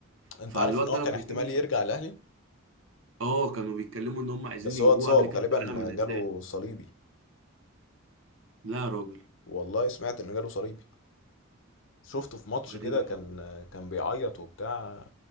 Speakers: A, on the left; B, on the right.
A: انت
B: فالواد
A: عارف ان هو
B: ده
A: كان
B: لو كان
A: احتمال
B: كان في-
A: يرجع الاهلي
B: اه كانوا بيتكلموا ان هم عايزين
A: بس
B: يجيبوه
A: هو اتصاب
B: قبل كاس
A: غالبا
B: العالم اللي
A: جاله
B: هيتلعب
A: صليبي
B: لا يا راجل
A: والله سمعت ان جاله صليبي شفته في ماتش
B: غريب
A: كده
B: الحوار
A: كان
B: ده
A: كان بيعيط وبتاع